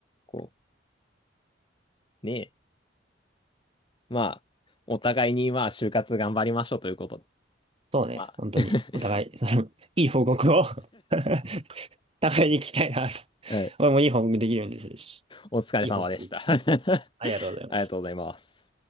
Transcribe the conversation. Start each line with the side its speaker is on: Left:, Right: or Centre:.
Left: こう、ねえ、まあ、お互いにまあ、就活頑張りましょうということで。
Right: そうね、
Left: まあ、
Right: 本当に、
Left: <laughs>
Right: お互い、<laughs> そのいい報告を <laughs> 互いに聞きたいなと。
Left: はい
Right: 俺もいい報告できるようにするし、
Left: お疲れ様でした。
Right: いい報告聞きたい。
Left: <laughs>
Right: ありがとうございます。
Left: ありがとうございます。